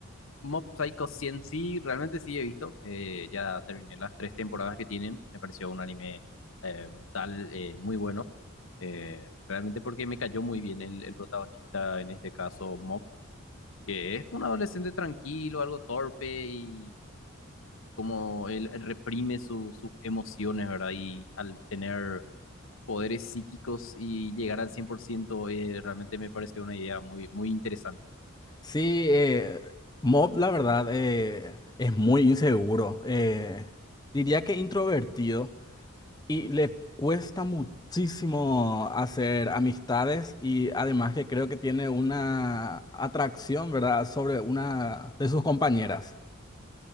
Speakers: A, on the left; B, on the left.
A: Mob Psycho 100 sí, realmente sí he visto. eh, ya terminé las tres temporadas que tienen. Me pareció un anime eh, brutal, eh, muy bueno. eh, realmente porque me cayó muy bien el, el protagonista, en este caso Mob, que es un adolescente tranquilo, algo torpe y como él reprime su- sus emociones, ¿verdad? Y al tener poderes psíquicos y llegar al 100%, eh, realmente me pareció una idea muy, muy interesante.
B: Sí, eh, Mob, la verdad, eh, es muy inseguro. eh, diría que introvertido. Y le cuesta muchísimo hacer amistades y además que creo que tiene una atracción, ¿verdad?, sobre una de sus compañeras.